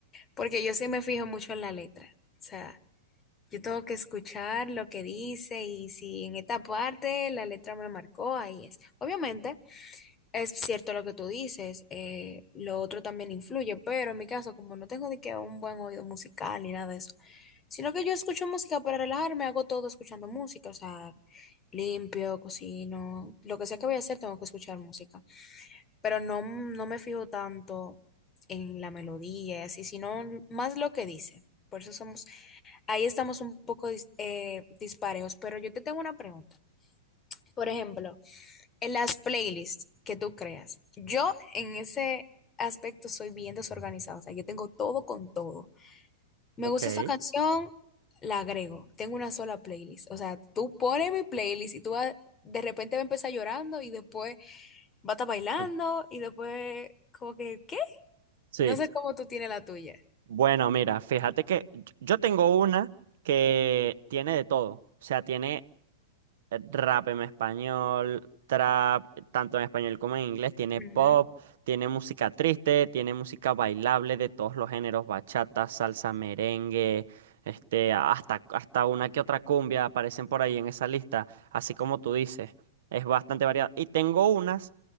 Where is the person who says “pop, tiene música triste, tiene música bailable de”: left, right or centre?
Right